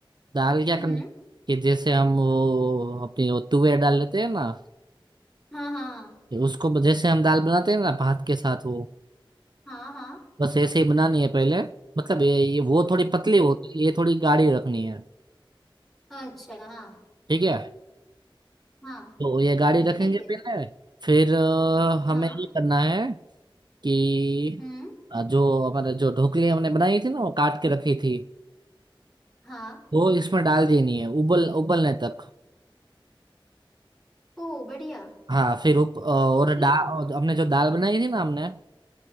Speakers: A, on the right (about 55°); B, in the centre.
A: दाल क्या
B: हम्म
A: करनी कि जैसे हम वो अपनी वो तुवे डाल लेते हैं ना
B: हाँ हाँ
A: उसको ब- जैसे हम दाल बनाते हैं ना भात के साथ वो
B: हाँ हाँ
A: बस ऐसे ही बनानी है पहले मतलब ये ये वो थोड़ी पतली
B: ओके
A: होती है ये थोड़ी गाढ़ी रखनी है
B: अच्छा हाँ
A: ठीक है
B: हाँ
A: तो ये गाढ़ी रखेंगे
B: ठीक है
A: पहले फिर अ, हमें
B: हाँ
A: ये करना है कि
B: हम्म
A: अ, जो हमारा जो ढोकली हमने बनाई थी ना वो काट के रखी थी
B: हाँ
A: वो इसमें डाल देनी है उबल उबलने तक
B: ओ बढ़िया
A: हाँ फिर उप, अ, और
B: फिर
A: दाल हमने जो दाल बनाई थी ना हमने